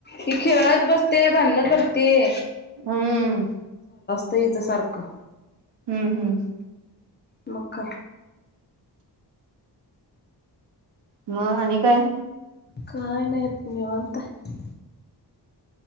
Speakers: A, on the left (about 25°); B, on the right (about 75°).
A: ती खेळत बसते भांडण करते.
B: हूं
A: तेच सारखं
B: हूं हूं
A: मग काय?
B: म आणि काय?
A: काही नाय निवांत हाय.